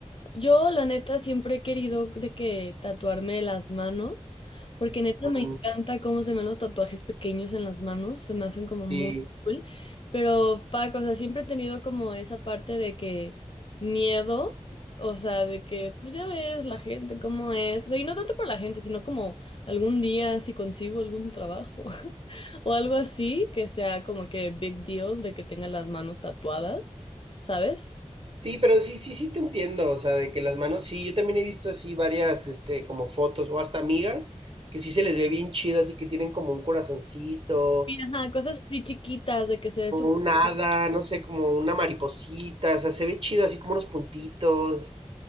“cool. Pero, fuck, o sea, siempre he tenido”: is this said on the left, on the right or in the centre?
Left